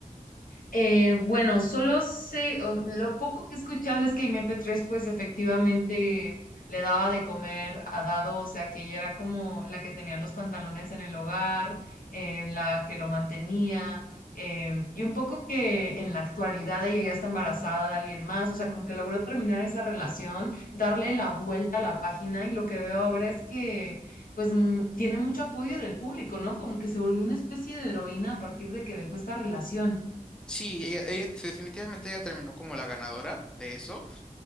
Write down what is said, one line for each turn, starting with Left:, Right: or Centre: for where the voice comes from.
Left: Eh, bueno, solo sé, o- lo poco que he escuchado es que M P tres pues efectivamente le daba de comer a Dado, o sea que ella era como la que tenía los pantalones en el hogar, eh, la que lo mantenía, em, y un poco que en la actualidad ella ya está embarazada de alguien más, o sea, como que logró terminar esa relación, darle la vuelta a la página y lo que veo ahora es que pues mm, tiene mucho apoyo del público, ¿no? Como que se volvió una especie de heroína a partir de que dejó esta relación.
Centre: Sí, ella, ella- definitivamente ella terminó como la ganadora de eso.